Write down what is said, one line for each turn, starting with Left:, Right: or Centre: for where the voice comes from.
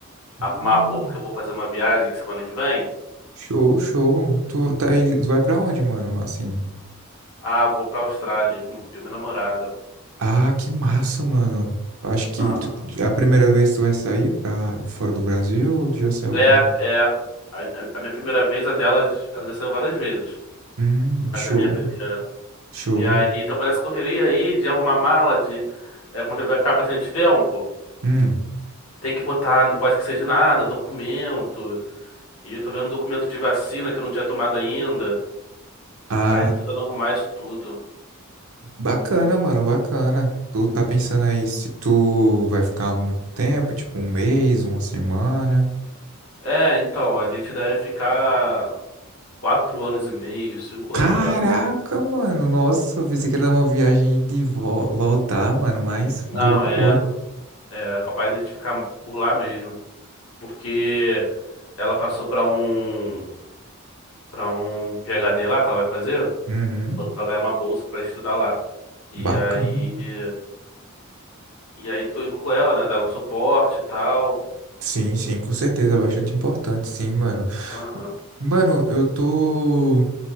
Left: arrumar
Right: Hum,
Left: roupa, que eu vou fazer uma viagem semana que vem.
Right: show, show. Tu tá aí, tu vai pra onde, mano? Assim.
Left: Ah, vou pra Austrália com eu e minha namorada.
Right: Ah, que massa, mano. Eu acho que
Left: Aham.
Right: tu- é a primeira vez que tu vai sair pra fora do Brasil ou tu já saiu
Left: É,
Right: algum?
Left: é. A, a- a minha primeira vez, a delas, ela já saiu várias vezes,
Right: Hum,
Left: mas
Right: show,
Left: é a minha primeira.
Right: show.
Left: E aí, tamo nessa correria aí de arrumar mala, de. É, como já vai ficar bastante tempo,
Right: Hum.
Left: tem que botar, não pode esquecer de nada, documento. E eu tô vendo um documento de vacina que eu não tinha tomado ainda.
Right: Ah,
Left: Aí tô tentando arrumar isso tudo.
Right: Bacana, mano, bacana. Tu tá pensando aí se tu vai ficar muito tempo, tipo um mês, uma semana.
Left: É, então, a gente deve ficar quatro anos e meio, cinco
Right: Caraca,
Left: anos lá.
Right: mano, nossa, eu pensei que era uma viagem ida e vol- voltar, mano, mas
Left: Não,
Right: boa, boa.
Left: é, é capaz de a gente ficar por lá mesmo. Porque ela passou pra um, para um PhD lá que ela vai fazer,
Right: Uhum,
Left: vai ganhar uma bolsa pra estudar lá. E
Right: bacana.
Left: aí, e aí tô indo com ela, né, dar o suporte e tal.
Right: Sim, sim, com certeza, bastante importante, sim, mano.
Left: Aham,
Right: Mano, eu tô